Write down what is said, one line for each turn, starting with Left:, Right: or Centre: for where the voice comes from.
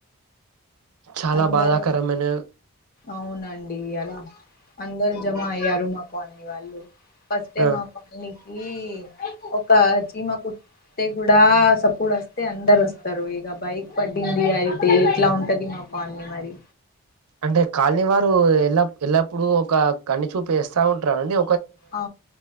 Right: చాలా
Left: అందరం
Right: బాధాకరమైన
Left: అవునండి అలా అందరు జమ అయ్యారు మా కాలనీ వాళ్ళు ఫస్ట్ టై
Right: ఆ
Left: మా కాలనీకి ఒక చీమా కు అతే కూడా సప్పుడు వస్తే అందరు వస్తారు ఇక బైక్ పడింది అయితే ఎట్లా ఉంటది మాకు కాలనీ మరి
Right: అంటే కాలనీ వారు ఎల్ల ఎల్లప్పుడూ ఒక కన్నుచూపు వేస్తా ఉంటారండి
Left: ఆ